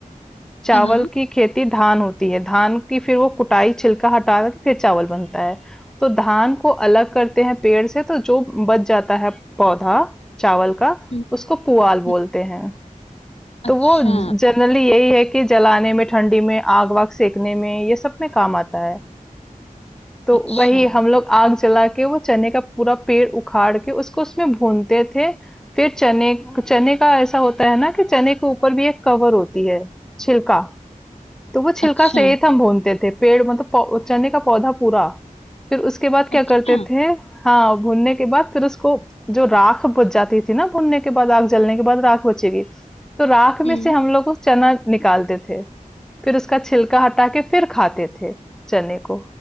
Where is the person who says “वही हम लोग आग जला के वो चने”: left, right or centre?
Centre